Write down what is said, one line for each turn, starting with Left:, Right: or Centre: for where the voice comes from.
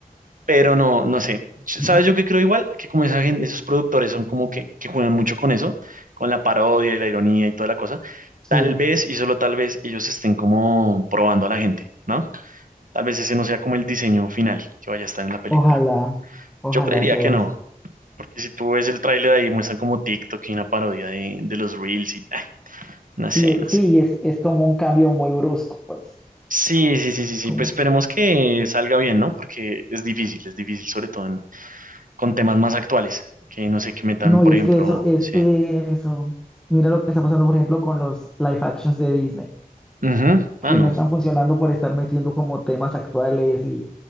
Right: pero no, no sé. ¿Sabes
Centre: Ujú.
Right: yo qué creo igual? Que como esa gen- esos productores son como que, que juegan mucho con eso, con la parodia y la ironía y toda la cosa, tal
Centre: Sí,
Right: vez, y solo tal vez, ellos estén como probando a la gente, ¿no? Tal vez ese no sea como el diseño final que vaya a estar en la película.
Centre: ojalá, ojalá
Right: Yo creería
Centre: sea
Right: que no,
Centre: eso.
Right: porque si tú ves el tráiler ahí muestran como TikTok y una parodia de, de los Reels y ay, no sé,
Centre: Y eh,
Right: no
Centre: sí,
Right: sé.
Centre: es, es como un cambio muy brusco, pues.
Right: Sí, sí, sí, sí, sí,
Centre: Como...
Right: pues esperemos que salga bien, ¿no? Porque es difícil, es difícil, sobre todo en- con temas más actuales, que no sé, que metan,
Centre: No,
Right: por
Centre: y es
Right: ejemplo,
Centre: que eso, es
Right: sí.
Centre: eso. Mira lo que está pasando, por ejemplo, con los live actions de Disney.
Right: Ujú,
Centre: que
Right: Ah, no,
Centre: no están funcionando por estar metiendo como temas actuales y,